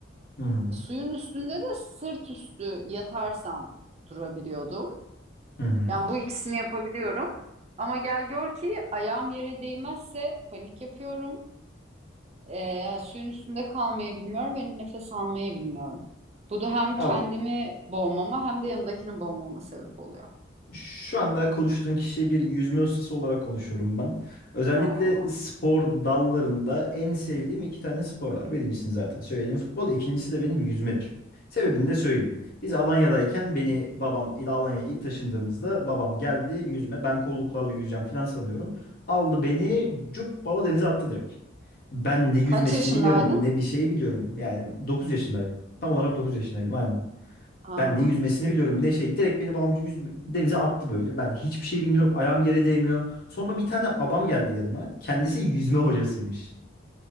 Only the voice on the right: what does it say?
Suyun üstünde de sırt üstü yatarsam durabiliyordum.
Yani bu ikisini yapabiliyorum. Ama gel gör ki ayağım yere değmezse panik yapıyorum. Ee, yani suyun üstünde kalmayı bilmiyorum ve nefes almayı bilmiyorum. Bu da hem
kendimi boğmama hem de yanındakini boğmama sebep oluyor.
Aa,
kaç yaşındaydın?
Aa,